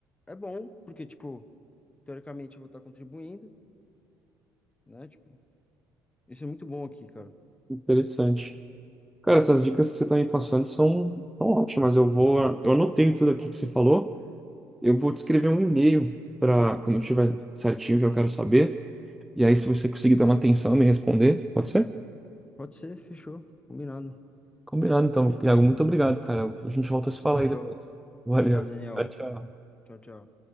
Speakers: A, on the left (about 15°); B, in the centre.
A: é bom, porque, tipo, teoricamente eu vou estar contribuindo, né? Tipo, isso é muito bom aqui, cara.
B: Interessante. Cara, essas dicas que você tá me passando são, são ótimas. Eu vou, eu anotei tudo aqui que você falou. Eu vou te escrever um e-mail para quando eu tiver certinho o que eu quero saber. E aí, se você conseguir dar uma atenção e me responder, pode ser?
A: Pode ser, fechou, combinado.
B: Combinado, então. Iago, muito obrigado, cara. A gente volta a se falar
A: Valeu.
B: aí depois. Valeu.
A: Obrigado, Daniel.
B: Tchau, tchau.
A: Tchau, tchau.